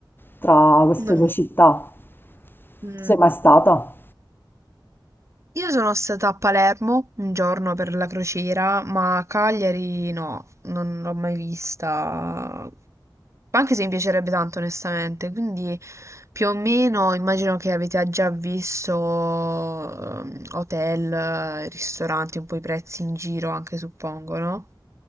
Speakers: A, on the left; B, on the right.
A: tra queste
B: No.
A: due città.
B: Mm.
A: Tu sei mai stata?
B: Io sono stata a Palermo un giorno per la crociera, ma a Cagliari no, non l'ho mai vista. Anche se mi piacerebbe tanto, onestamente. Quindi più o meno immagino che avete già visto ehm, hotel, ristoranti, un po' i prezzi in giro anche, suppongo, no?